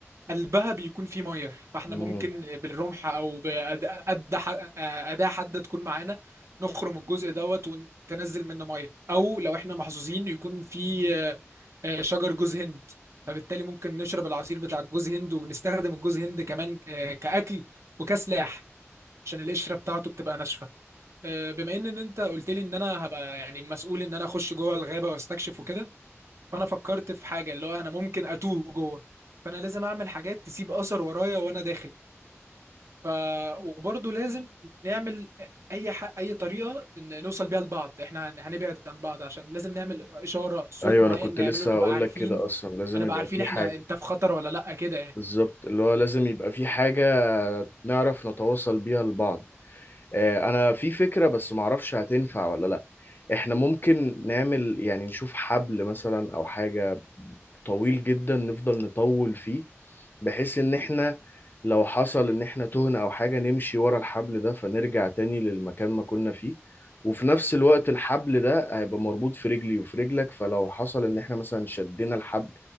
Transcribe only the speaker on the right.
قلبها بيكون فيه ميه فاحنا
ممكن بالرمح او بأداة أداة ح- أداة حادة تكون معانا نخرم الجزء دوت وننزل منه ميه او لو احنا محظوظين يكون فيه آه، آه، شجر جوز هند فبالتالي ممكن نشرب العصير بتاع الجوز هند ونستخدم الجوز هند كمان آه، كأكل وكسلاح عشان القشرة بتاعته بتبقى ناشفة آه، بما ان إن انت قلت لي ان انا هبقى يعني مسؤول ان انا اخش جوه الغابة واستكشف وكده فانا فكرت في حاجه اللي هو انا ممكن اتوه جوه فانا لازم اعمل حاجات تسيب اثر ورايا وانا داخل ف وبرضه لازم نعمل اي ح... اي طريقه إن نوصل بيها لبعض احنا هن- هنبعد عن بعض عشان لازم نعمل اشاره صوت
معين
نعمله
نبقى
عارفين
هنبقى
عارفين
احنا
انت في خطر ولا لا كده يعني